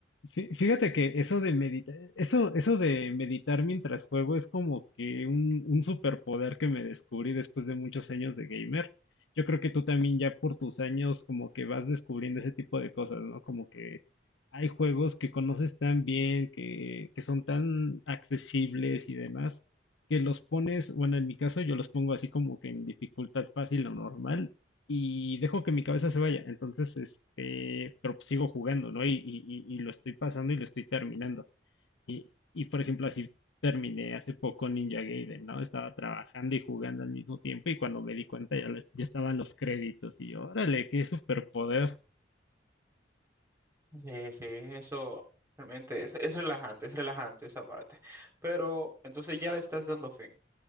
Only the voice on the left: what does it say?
Fí- Fíjate que eso de meditar, eso, eso de meditar mientras juego es como que un, un superpoder que me descubrí después de muchos años de gamer. Yo creo que tú también ya por tus años como que vas descubriendo ese tipo de cosas, ¿no? Como que hay juegos que conoces tan bien, que, que son tan accesibles y demás, que los pones, bueno, en mi caso yo los pongo así como que en dificultad fácil o normal y dejo que mi cabeza se vaya. Entonces, este, pero pues sigo jugando, ¿no? Y, y, y- y lo estoy pasando y lo estoy terminando. Y, y por ejemplo, así terminé hace poco Ninja Gaiden, ¿no? Estaba trabajando y jugando al mismo tiempo y cuando me di cuenta ya, lo- ya estaban los créditos y yo, órale, qué superpoder.